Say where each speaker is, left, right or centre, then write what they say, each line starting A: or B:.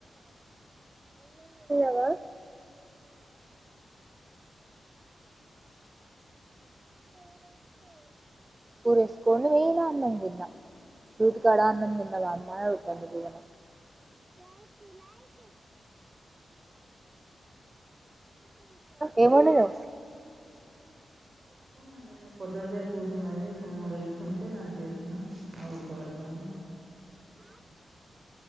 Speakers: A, on the right; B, on the right.
A: అన్నం కూరేసుకొని నేను అన్నం తిన్న రూటికాడ అన్నం తిన్నావా అమ్మా అడుగుతుంది ఏం వండినవు
B: ఉండలే పొద్టిదే కూరున్నది ఒక మూడు ఎగ్స్ ఉంటే దాంట్లో వసిన ఆ ఉడకబెడతాన